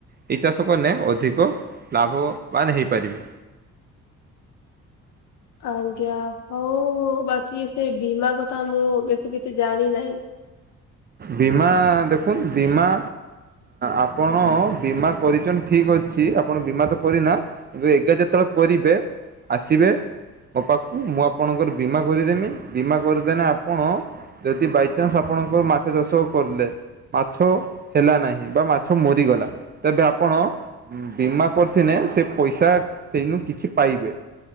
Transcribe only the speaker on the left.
ଆଜ୍ଞା। ହଉ ବାକି ସେ ବୀମା କଥା ମୁଁ ବେଶୀ କିଛି ଜାଣି ନାହିଁ।